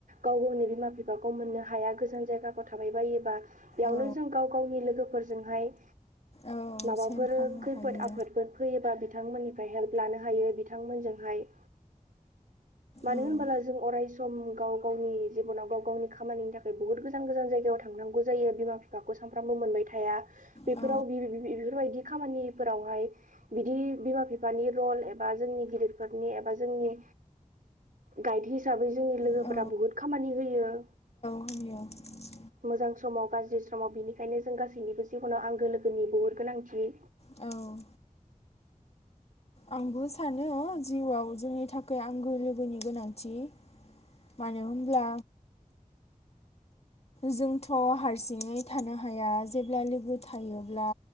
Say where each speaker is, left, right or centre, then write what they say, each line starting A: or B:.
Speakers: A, on the right (about 80°); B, on the left (about 50°).
A: गाव गावनि बिमा-फिफाखौ मोननो हाया गोजान जायगाखौ थाबायबायोबा। बेयावनो
B: औ
A: जों गाव गावनि लोगोफोरजोंहाय
B: औ
A: माबाफोर
B: सेयार खालामनो
A: खैफोद
B: हायो
A: आफोदफोर फैयोबा बिथांमोननिफ्राय हेल्प लानो हायो बिथांमोनजोंहाय। मानो
B: औ
A: होनबला जों अराय सम गाव गावनि जिबनाव गाव गावनि खामानिनि थाखाय बुहुद गोजान गोजान जायगायाव थांनांगौ जायो बिमा फाखौ सानफ्रामबो मोनबाय थाया बेफोराव
B: औ
A: बे-बे-बेफोरबायदि खामानिफोरावहाय बिदि बिमा-फिफानि रल एबा जोंनि गिदिरफोरनि एबा जोंनि गाइड हिसाबै जोंनि लोगोफोरा
B: औ
A: बुहुत खामानि होयो।
B: <unintelligible>
A: मोजां समाव गाज्रि समाव बिनिखायनो जों गासैनिबो जिबनाव आंगो लोगोनि बहुद गोनांथि।
B: औ आंबो सानो जिउआव जोंनि थाखाय आंगो लोगोनि गोनांथि। मानो होमब्ला जोंथ' हारसिङै थानो हाया जेब्ला लोगो थायोब्ला